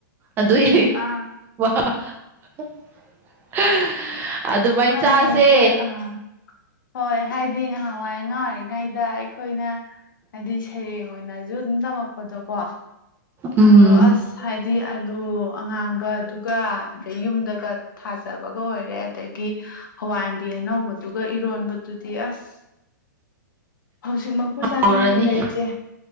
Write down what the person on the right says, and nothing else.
ꯑꯗꯨꯏ
<unintelligible> ꯑꯗꯨꯃꯥꯏ
ꯆꯥꯁꯦ
ꯎꯝ
ꯍꯥꯎꯔꯅꯤ